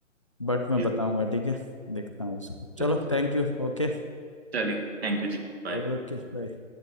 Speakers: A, on the left; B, on the right.
A: बट मैं
B: जी
A: बताऊंगा
B: जी,
A: ठीक है देखता हूँ उसको
B: जरूर
A: चलो
B: जरूर
A: thank you okay
B: चलिए थैंक यू जी बाय
A: Okay bye